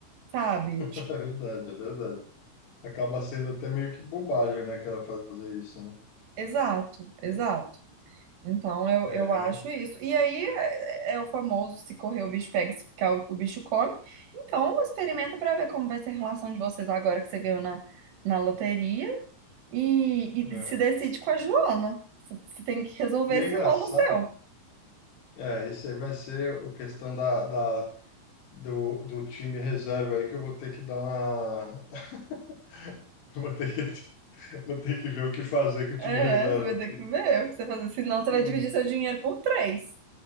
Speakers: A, on the right; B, on the left.
A: sabe?
B: É verdade, é verdade. Acaba sendo até meio que bobagem, né? Que ela fazer isso, né?
A: Exato, exato. Então, eu,
B: É,
A: eu acho
B: eu vou.
A: isso. E aí é, é o famoso: se correr o bicho pega, se ficar o, o bicho come. Então, experimenta para ver como vai ser a relação de vocês agora que você ganhou na, na loteria. E,
B: é.
A: e se decide com a Joana. Você você tem que resolver
B: E é
A: esse
B: engraçado,
A: rolo seu.
B: é, isso aí vai ser o questão da, da, do, do time reserva aí que eu vou ter que dar uma. <laughs> Eu Vou ter que, vou ter que ver o que fazer com o time
A: É,
B: reserva.
A: você vai ter
B: porque
A: que ver o que você fazer. Senão, você
B: Não,
A: vai dividir seu dinheiro por três.